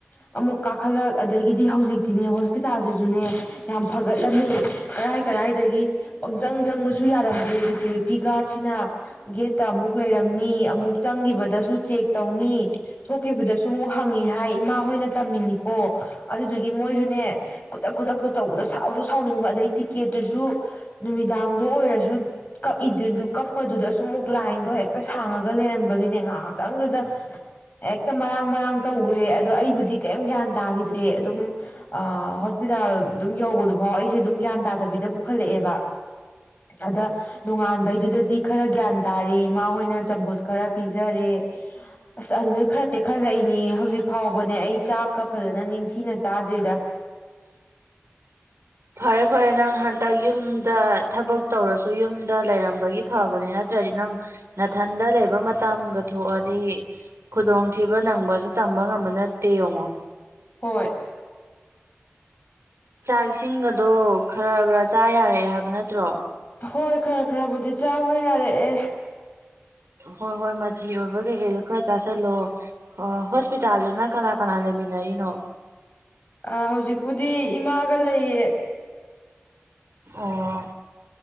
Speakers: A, on the left (about 40°); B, on the right (about 85°).
A: ꯑꯃꯨꯛ ꯀꯥꯈꯠꯂꯛ ꯑꯗꯒꯤꯗꯤ ꯍꯧꯖꯤꯛꯇꯤꯅꯦ ꯍꯣꯁꯄꯤꯇꯥꯜꯁꯤꯁꯨꯅꯦ ꯌꯥꯝ ꯐꯒꯠꯂꯝꯃꯦ ꯀꯔꯥꯏ ꯀꯔꯥꯏꯗꯒꯤ ꯄꯪꯆꯪ ꯆꯪꯕꯁꯨ ꯌꯥꯔꯝꯗꯦ ꯁꯦꯀ꯭ꯌꯨꯔꯤꯇꯤ ꯒꯥꯔꯗꯁꯤꯅ ꯒꯦꯠꯇ ꯑꯃꯨꯛ ꯂꯩꯔꯝꯅꯤ ꯑꯃꯨꯛ ꯆꯪꯒꯤꯕꯗꯁꯨ ꯆꯦꯛ ꯇꯧꯅꯤ ꯊꯣꯛꯈꯤꯕꯗꯁꯨ ꯑꯃꯨꯛ ꯍꯪꯉꯤ ꯍꯥꯏ ꯏꯃꯥ ꯍꯣꯏꯅ ꯇꯝꯃꯤꯅꯤꯀꯣ ꯑꯗꯨꯗꯨꯒꯤ ꯃꯣꯏꯁꯨꯅꯦ ꯈꯨꯗꯛ ꯈꯨꯗꯛꯇ ꯇꯧꯕꯗ ꯁꯥꯎꯁꯨ ꯁꯥꯎꯅꯤꯡꯕ ꯑꯗꯩ ꯇꯤꯛꯀꯦꯠꯇꯨꯁꯨ ꯅꯨꯃꯤꯗꯥꯡꯗꯣ ꯑꯣꯏꯔꯁꯨ ꯀꯛꯏꯗꯗꯨ ꯀꯛꯄꯗꯨꯗꯁꯨ ꯑꯃꯨꯛ ꯂꯥꯏꯟꯗꯣ ꯍꯦꯛꯇ ꯁꯥꯡꯉꯒ ꯂꯩꯔꯝꯕꯒꯤꯅꯦ ꯉꯥꯏꯍꯥꯛꯇꯪꯗꯨꯗ ꯍꯦꯛꯇ ꯃꯔꯥꯡ ꯃꯔꯥꯡ ꯇꯧꯒꯔꯦ ꯑꯗꯣ ꯑꯩꯕꯨꯗꯤ ꯀꯔꯤꯝ ꯒ꯭ꯌꯥꯟ ꯇꯥꯈꯤꯗ꯭ꯔꯦ ꯑꯗꯨꯝ ꯑ ꯍꯣꯁꯄꯤꯇꯥꯜ ꯑꯗꯨꯝ ꯌꯧꯕꯗꯨꯐꯥꯎ ꯑꯩꯁꯦ ꯑꯗꯨꯝ ꯒ꯭ꯌꯥꯟ ꯇꯥꯗꯕꯤꯗ ꯄꯨꯈꯠꯂꯛꯑꯦꯕ ꯑꯗ ꯅꯣꯉꯥꯟꯕꯩꯗꯨꯗꯗꯤ ꯈꯔ ꯒ꯭ꯌꯥꯟ ꯇꯥꯔꯦ ꯏꯃꯥ ꯍꯣꯏꯅ ꯆꯝꯐꯨꯠ ꯈꯔ ꯄꯤꯖꯔꯦ ꯑꯁ ꯑꯗꯨꯗꯩ ꯈꯔ ꯇꯦꯛꯈꯠꯂꯛꯏꯅꯦ ꯍꯧꯖꯤꯛ ꯐꯥꯎꯕꯅꯦ ꯑꯩ ꯆꯥꯛꯀ ꯐꯖꯅ ꯅꯤꯡꯊꯤꯅ ꯆꯥꯗ꯭ꯔꯤꯗ
B: ꯐꯔꯦ ꯐꯔꯦ ꯅꯪ ꯍꯥꯟ ꯍꯇ ꯌꯨꯝꯗ ꯊꯕꯛ ꯇꯧꯔꯁꯨ ꯌꯨꯝꯗ ꯂꯩꯔꯝꯕꯒꯤ ꯐꯕꯅꯦ ꯅꯠꯇ꯭ꯔꯗꯤ ꯅꯪ ꯅꯥꯊꯟꯗ ꯂꯩꯕ ꯃꯇꯝꯒ ꯊꯣꯛꯑꯗꯤ ꯈꯨꯗꯣꯡꯊꯤꯕ ꯅꯪꯕꯁ ꯇꯝꯕ ꯉꯝꯕ ꯅꯠꯇꯦ ꯌꯦꯡꯉꯣ
A: ꯍꯣꯏ
B: ꯆꯥꯛ ꯏꯁꯤꯡꯒꯗꯣ ꯈꯔ ꯈꯔ ꯆꯥ ꯌꯥꯔꯛꯑꯦ ꯍꯥꯏꯕ ꯅꯠꯇ꯭ꯔꯣ
A: ꯍꯣꯏ ꯈꯔ ꯈꯔꯕꯨꯗꯤ ꯆꯥꯕ ꯌꯥꯔꯛꯑꯦ
B: ꯍꯣꯏ ꯍꯣꯏ ꯃꯆꯤ ꯑꯣꯏꯕ ꯀꯩꯀꯩꯗꯨ ꯈꯔ ꯆꯥꯥꯁꯜꯂꯣ ꯍ ꯍꯣꯁꯄꯤꯇꯥꯜꯗꯨꯅ ꯀꯅꯥ ꯀꯅꯥ ꯂꯩꯃꯤꯟꯅꯔꯤꯅꯣ
A: ꯑ ꯍꯧꯖꯤꯛꯄꯨꯗꯤ ꯏꯃꯥꯒ ꯂꯩꯌꯦ
B: ꯑꯣ